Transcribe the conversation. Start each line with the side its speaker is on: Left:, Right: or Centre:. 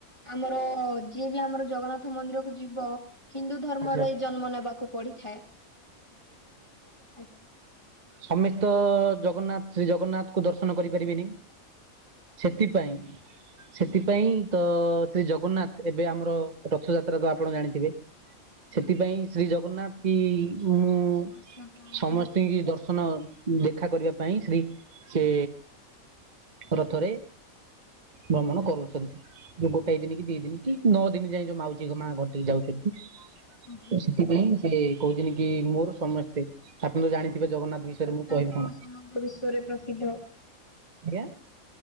Left: ଆମର ଯିଏ ବି ଆମର ଜଗନ୍ନାଥ ମନ୍ଦିରକୁ ଯିବ। ହିନ୍ଦୁ ଧର୍ମରେ
Right: ଆଚ୍ଛା
Left: ଜନ୍ମ ନେବାକୁ ପଡିଥାଏ। ଆଜ୍ଞା!
Right: ସମେସ୍ତ ଜଗନ୍ନାଥ ଶ୍ରୀ ଜଗନ୍ନାଥ କୁ ଦର୍ଶନ କରିପାରିବିନି? ସେଥିପାଇଁ। ସେଥିପାଇଁ ତ ଶ୍ରୀ ଜଗନ୍ନାଥ ଏବେ ଆମର ରଥଯାତ୍ରା ତ ଆପଣ ଜାଣିଥିବେ? ସେଥିପାଇଁ ଶ୍ରୀ ଜଗନ୍ନାଥ କି ମୁଁ
Left: ଆଜ୍ଞା ଆମର
Right: ସମସ୍ତିଙ୍କି ଦର୍ଶନ। ଦେଖା କରିବା ପାଇଁ ଶ୍ରୀ ସେ ରଥରେ। ଭ୍ରମଣ କରୁଛନ୍ତି ଯୋଉ ଗୋଟେ ଦିନ କି ଦି ଦିନ କି ନଅ ଦିନ ଯାଏ ଯୋଉ ମାଉଜୀ ମା ଘର ଟିକି ଯାଉଛନ୍ତି।
Left: ଅଂ ହଁ।
Right: ତ ସେଥିପାଇଁ ସେ କହୁଛନ୍ତି କି ମୋର ସମେସ୍ତେ। ଆପଣ ତ ଜାଣିଥିବେ ଜଗନ୍ନାଥ ବିଷୟରେ ମୁଁ କହିବି
Left: ତ
Right: କଣ?
Left: ସମଗ୍ର ବିଶ୍ଵରେ ପ୍ରସିଦ୍ଧ
Right: ଆଜ୍ଞା?